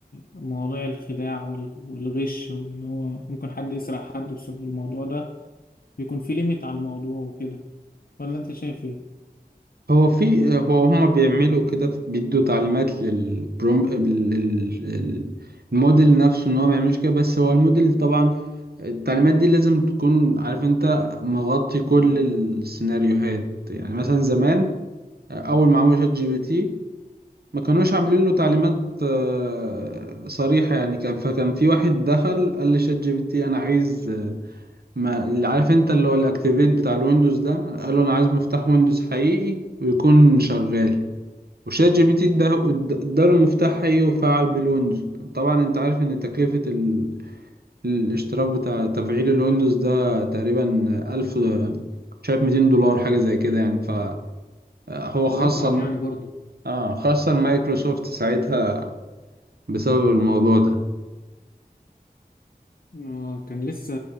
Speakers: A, on the left; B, on the right.
A: لمواضيع الخداع وال... والغش وان هو ممكن حد يسرق حد بسبب الموضوع ده بيكون في ليميت على الموضوع وكده ولا انت شايف ايه؟
B: هو في هو هما بيعملوا كده بيدوا تعليمات للبروم لل- الموديل نفسه إن هو ما يعملش كده بس هو الموديل طبعا التعليمات دي لازم تكون عارف أنت مغطي كل السيناريوهات يعني مثلا زمان أول ما عملوا شات جي بي تي ما كانوش عاملين له تعليمات
A: مم.
B: آه، صريحة يعني كان فكان في واحد دخل قال لشات جي بي تي انا عايز آه، ما اللي عارف انت اللي هو الاكتيفيت بتاع الويندوز ده قال له انا عايز مفتاح ويندوز حقيقي ويكون شغال وشات جي بي تي ده- اداله مفتاح حقيقي وفعل بالويندوز طبعا انت عارف ان تكلفة ال... الاشتراك بتاع تفعيل الويندوز ده تقريبا ألف شايف 200 دولار حاجة زي كده يعني فهو صح خاصة
A: رقم يعني برضو
B: اه خاصة مايكروسوفت ساعتها بسبب الموضوع ده
A: آه، كان لسه